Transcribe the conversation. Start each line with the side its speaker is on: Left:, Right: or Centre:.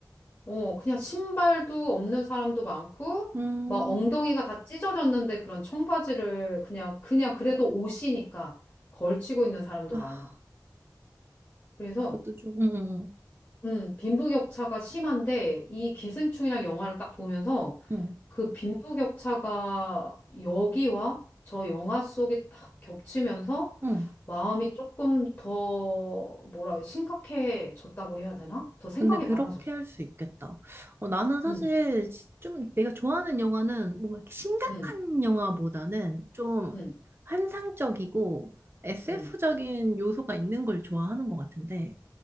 Left: 어, 그냥 신발도 없는 사람도 많고,
Right: 음,
Left: 막 엉덩이가 다 찢어졌는데 그런 청바지를 그냥, 그냥 그래도 옷이니까 걸치고 있는 사람도
Right: 아,
Left: 많아. 그래서,
Right: 그것도 좀, 음,
Left: 음, 빈부격차가 심한데, 이 기생충이랑 영화를 딱 보면서
Right: 음, 음,
Left: 그 빈부격차가 여기와 저 영화 속에 딱 겹치면서
Right: 음.
Left: 마음이 조금 더, 뭐라, 심각해졌다고 해야 되나? 더 생각이
Right: 근데 그렇게
Left: 많아졌어.
Right: 할 수 있겠다. 어, 나는 사실
Left: 응,
Right: 좀 내가 좋아하는 영화는 뭔가 이렇게 심각한
Left: 응,
Right: 영화보다는 좀
Left: 응,
Right: 환상적이고 SF적인
Left: 응.
Right: 요소가 있는 걸 좋아하는 것 같은데,